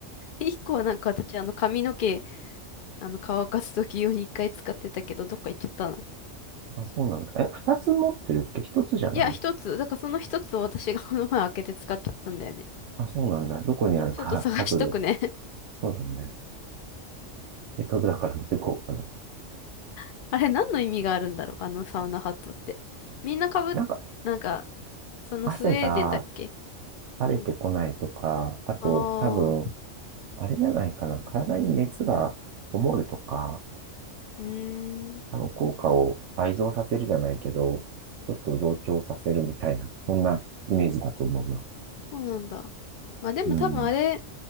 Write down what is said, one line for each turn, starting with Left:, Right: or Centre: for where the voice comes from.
Left: い一個はなんか私、あの、髪の毛、あの、乾かすとき用に一回使ってたけど、どっか行っちゃったな。
Right: う。あ、そうなんだ。え、二つ持ってるっけ一つじゃない
Left: いや、一つ。だからその一つを私がこの前開けて使っちゃったんだよね。
Right: あ、そうなんだ。どこにあるか
Left: そうちょっと探しとくね。
Right: <laughs>、後で教え。そうだね。せっかくだから持ってこうかな。
Left: <laughs> あれ何の意味があるんだろうあのサウナハットって。みんなかぶっ、
Right: なんか、
Left: なんか、そのスウェーデンだっけ
Right: 汗が垂れてこないとか、
Left: なんか
Right: あと、
Left: ああー、
Right: 多分、あれじゃないかな。体に熱がこもるとか、
Left: うーん、
Right: 多分効果を倍増させるじゃないけど、ちょっと増長させるみたいな、そんなイメージだと思うな。
Left: そうなんだ。まあでも多分あれ、
Right: うん。